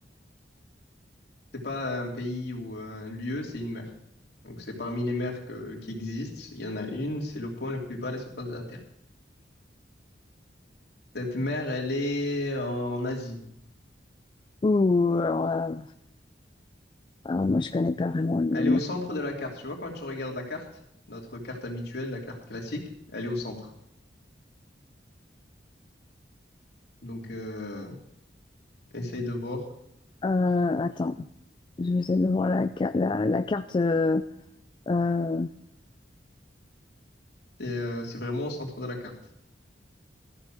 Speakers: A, on the left; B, on the left.
A: C'est pas un pays ou un lieu, c'est une mer. Donc c'est parmi les mers que, qui existent. Il y en a une, c'est le point le plus bas à la surface de la Terre. Cette mer, elle est en Asie.
B: Ouh, alors, euh, alors, moi, je connais pas vraiment le lumière.
A: Elle est au centre de la carte. Tu vois, quand tu regardes la carte, notre carte habituelle, la carte classique, elle est au centre. Donc euh, essaye de voir.
B: Euh, attends, je vais essayer de voir la, ca- la, la carte. euh, euh,
A: C'est euh, c'est vraiment au centre de la carte.